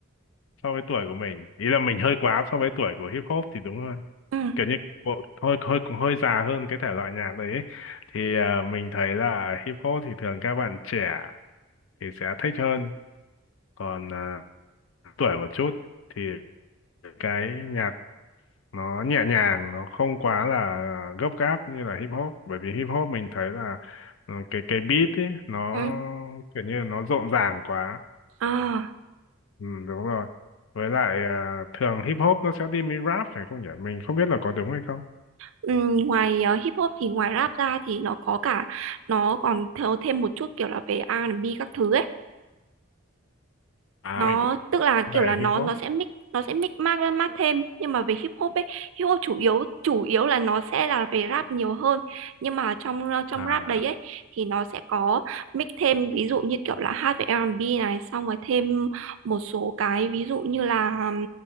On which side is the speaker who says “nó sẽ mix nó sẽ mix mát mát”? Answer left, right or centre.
Right